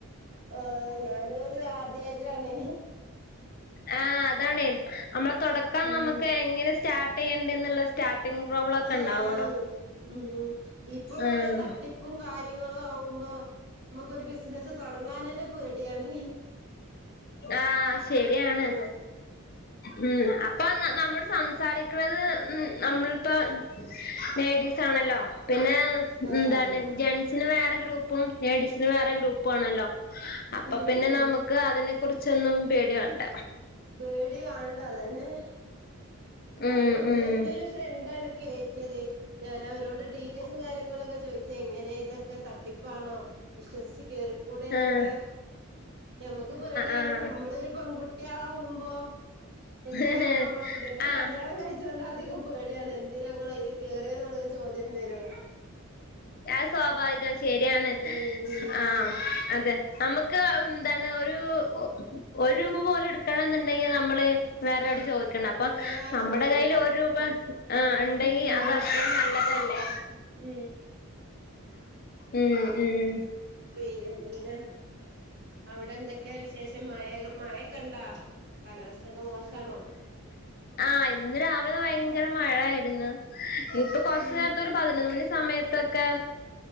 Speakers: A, on the right (about 45°); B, on the left (about 40°).
A: ആ ഞാനത് ആദ്യായിട്ടാാണ്
B: ആ അതാണ് നമ്മളെ തുടക്കം
A: ഉം
B: നമ്മുക്ക് എങ്ങനെ സ്റ്റാർ്ട് സ്റ്റാർട്ടിംഗ് പ്രോബലം ഒക്കെ
A: ആഹ്
B: ഉണ്ടാവുമല്ലോ
A: ഉം ഇപ്പൊ കൊറെ
B: ആഹ്
A: തട്ടിപ്പും കാര്യങ്ങളും ആവുമ്പോ നമുക്കൊരു ബിസിനസ്സ് തുടങ്ങാൻ തന്നെ പേടിയാണ്
B: ആശരിയാണ്
A: ഉം
B: ഉം അപ്പൊ നമ്മൾ സംസാരിക്കുന്നത് ഉ നമ്മളിപ്പോ ലേഡീസ് ആണല്ലോ പിന്നെ
A: ആഹ്
B: എന്താണ് ജെന്റ്സിന് വേറെ ഗ്രൂപ്പും ലേഡീസിന് വേറെ ഗ്രൂപ്പും ആണല്ലോ അപ്പൊ
A: ഉം
B: പിന്നെ
A: ഉം
B: നമുക്ക് തിനെ കുറിച്ചൊന്നും പേടി വണ്ട
A: പേടി കാണണ്ട അതന്നെ ഉ
B: ഉം ഉം
A: ഇ എന്റെ ഒരു ഫ്രണ്ടാണ് കേയറ്റിയത് ഞാന അവരോട് ഡീറ്റെയിൽസും കാര്യങ്ങളൊക്കെ ചോയിിച്ച എങ്ങനെ ഇതൊക്കെ തട്ടിപ്പാണോ വിശ്വസിച് കേറിക്കൂടെന്നൊക്കെ
B: ആഹ്
A: നഞമ്മുക്ക് പേടെയാണ്
B: ആഹ്
A: ഞമ്മള ഒരു പൺുട്ടി കുട്ടിയാളകുമ്പോ എന്നേ
B: ആഹ്
A: വന്ന നമ്മളെ പുതിയപ്പ
B: ആഹ്
A: കല്യാണം കഴിച്ചോണ്ട അധികം പേടിയാണ് എന്തിന ങ്ങൾ അതിൽ കേറിയ എന്നുള്ളരു ചോദ്യം വരോ
B: അത് സ്വാഭാവികം ശരിയാണ്
A: ഉം
B: ആ അതെ നമുക്ക് എന്താണ് ഒരു ഒരു രൂപ പോലെ എടു കിട്ടണം എന്നുണ്ടെങ്കിൽ നമ്മള് വേറെട് ചോദിക്കണം അപ്പൊ
A: ആഹ്
B: നമ്മുടെ
A: ചോദിക്കണം
B: കൈയിൽ ഒരു രൂപ ആ ഉണ്ടെങ്കി
A: ഉം
B: അത് അത്രയും നല്ലതല്ലേ
A: ഉം
B: ഉം ഉം
A: പിന്നെ അവിടെ എന്തൊക്കെയ വിശേഷം മ മഴൊക്കെ ഉണ്ടാ കാലാവസ്ഥ ഒക്കെ മോശണോ
B: ആ ഇന്ന് രാവിലെ ഭയങ്കര മഴ ആയിരുന്നു ഇപ്പൊ കൊറച്ച
A: ഉം
B: നേരത്ത ഒരു പതിനൊന്ന് മണി സമയത്തൊക്കെ